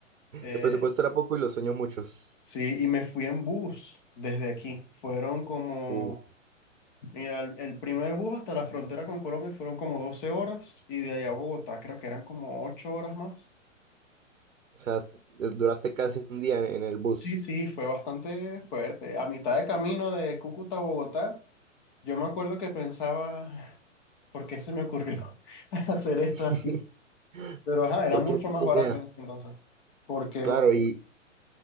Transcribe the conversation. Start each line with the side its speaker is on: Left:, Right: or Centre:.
Left: Eh,
Right: El presupuesto era poco y los sueños muchos.
Left: sí, y me fui en bus desde aquí. Fueron como,
Right: Uh,
Left: mira, el, el primer bus hasta la frontera con Colombia fueron como 12 horas y de allá a Bogotá creo que eran como 8 horas más.
Right: o sea, eh, duraste casi un día en, en el bus.
Left: Sí, sí, fue bastante fuerte. A mitad de camino de Cúcuta a Bogotá, yo me acuerdo que pensaba, ¿por qué se me ocurrió <laughs> hacer esto
Right: <laughs>
Left: así? Pero ajá, era
Right: Porque
Left: mucho
Right: esa es
Left: más
Right: la
Left: barato
Right: idea.
Left: en ese entonces, porque
Right: Claro,
Left: un,
Right: y